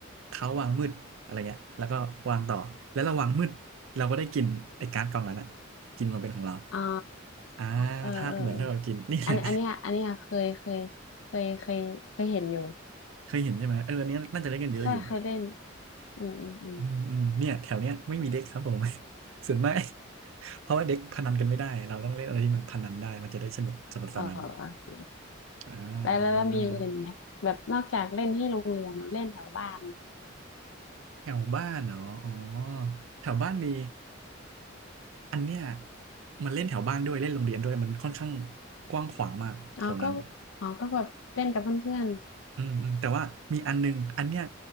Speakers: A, on the right (about 85°); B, on the left (about 80°).
A: เขาวางมืดอะไรเงี้ยแล้วก็วางต่อแล้วเราวางมืดเราก็ได้กินไอ้การ์ดกองนั้นอ่ะกินมาเป็นของเรา
B: อ๋อ
A: อ่า
B: เออเออเออ
A: ธาตุเหมือนเท่ากับกินนี่แหละ
B: อันอันเนี้ยอันเนี้ยเคยเคยเคยเคยเคยเห็นอยู่
A: <laughs> เคยเห็นใช่ไหมเอออันนี้น่าจะเล่นกันเยอะอยู่
B: ใช่เคยเล่นอืมอืมอืม
A: อืมอืมเนี่ยแถวเนี้ยไม่มีเด็กครับผม <laughs> ส่วนมาก <laughs> เพราะว่าเด็กพนันกันไม่ได้เราต้องเล่นอะไรที่มันพนันได้มันจะได้สนุกสนุกสนาน
B: เออโอเค
A: อ่าอ่า
B: แล้วแล้วแล้วมีอย่างอื่นไหมแบบนอกจากเล่นที่โรงเรียนเราเล่นแถวบ้านเนี่ย
A: แถวบ้านเหรออ๋อแถวบ้านมีอันเนี้ยมันเล่นแถวบ้านด้วยเล่นโรงเรียนด้วยมันค่อนข้างกว้างขวางมากแถวนั้น
B: อ๋อก็อ๋อก็แบบเล่นกับเพื่อน
A: อืมอืมแต่ว่ามีอันนึงอันเนี้ย